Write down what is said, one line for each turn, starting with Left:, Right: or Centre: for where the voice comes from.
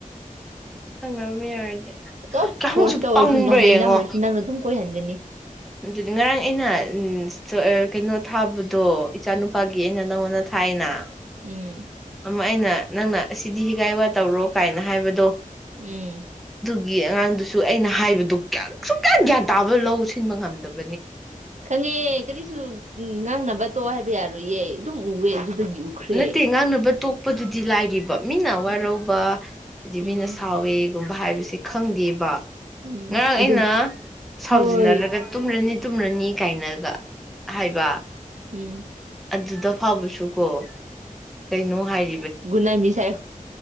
Centre: ꯍꯪ ꯌꯥ ꯍꯥꯏꯔ
Right: ꯑꯗꯨꯝ
Centre: ꯀꯌꯥꯃꯨꯛꯁꯨ
Right: ꯐꯣꯔꯁꯇ ꯑꯣꯏꯔꯁꯨ
Centre: ꯄꯪꯕ꯭ꯔꯥ
Right: ꯅꯣꯡꯃꯩ
Centre: ꯌꯦꯡꯉꯣ
Right: ꯅꯝꯔꯁꯨ ꯅꯪꯅ ꯑꯗꯨꯝ ꯀꯣꯏꯍꯟꯒꯅꯤ
Centre: ꯑꯗꯨꯗꯤ ꯉꯔꯥꯡ ꯑꯩꯅ ꯎ ꯀꯩꯅꯣ ꯊꯥꯕꯗꯣ ꯏꯆꯥ ꯅꯨꯄꯥꯒꯤ ꯑꯩꯅ ꯅꯪꯉꯣꯟꯗ ꯊꯥꯏꯅ
Right: ꯎꯝ
Centre: ꯑꯃ ꯑꯩꯅ ꯅꯪꯅ ꯑꯁꯤꯗꯤ ꯍꯤꯒꯥꯏ ꯋꯥ ꯇꯧꯔꯣ ꯀꯥꯏꯅ ꯍꯥꯏꯕꯗꯣ
Right: ꯎꯝ
Centre: ꯒꯤ ꯑꯉꯥꯡꯗꯨꯁꯨ ꯑꯩꯅ ꯍꯥꯏꯕꯗꯨ ꯀꯌꯥ ꯁꯨꯡ ꯀꯌꯥ ꯒ꯭ꯌꯥꯟ ꯇꯥꯕ ꯂꯧ ꯁꯤꯟꯕ ꯉꯝꯗꯕ
Right: ꯈꯪꯉꯦ ꯀꯔꯤꯁꯨ ꯉꯥꯡꯅꯕ ꯇꯣ ꯍꯥꯏꯕ ꯌꯥꯔꯣꯏꯌꯦ ꯑꯗꯨꯝ ꯎꯋꯦ ꯑꯗꯨꯗꯒꯤ ꯎꯈ꯭ꯔꯦ
Centre: ꯅꯠꯇꯦ ꯉꯥꯡꯅꯕ ꯇꯣꯛꯄꯗꯨꯗꯤ ꯂꯥꯏꯔꯤꯕ ꯃꯤꯅ
Right: ꯎꯝ
Centre: ꯋꯥꯔꯧꯕ ꯍꯥꯏꯖꯤꯗꯤ
Right: ꯎꯝ
Centre: ꯃꯤꯅ ꯁꯥꯎꯋꯦ ꯒꯨꯝꯕ ꯍꯥꯏꯕꯕꯁꯤ ꯈꯪꯗꯦꯕ
Right: ꯎꯝ
Centre: ꯉꯔꯥꯡ
Right: ꯑꯗꯨꯝ
Centre: ꯑꯩꯅ ꯁꯥꯎꯖꯤꯟꯅꯔꯒ
Right: ꯍꯣꯏ
Centre: ꯇꯨꯝꯂꯅꯤ ꯇꯨꯝꯔꯅꯤ ꯀꯥꯏꯅꯒ ꯍꯥꯏꯕ
Right: ꯎꯝ
Centre: ꯑꯗꯨꯗ ꯐꯕꯁꯨ ꯀꯣ ꯀꯩꯅꯣ ꯍꯥꯏ
Right: ꯨꯅꯥꯃꯤꯁꯥꯏ꯭ꯔꯥ